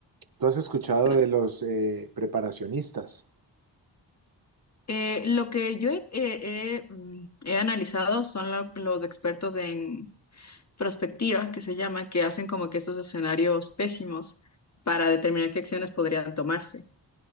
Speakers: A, on the right; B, on the left.
A: ¿Tú has escuchado
B: Exacto.
A: de los eh, preparacionistas?
B: Eh, lo que yo he, he- he, mm, he analizado son lo- los expertos en prospectiva, que se llama, que hacen como que estos escenarios pésimos para determinar qué acciones podrían tomarse.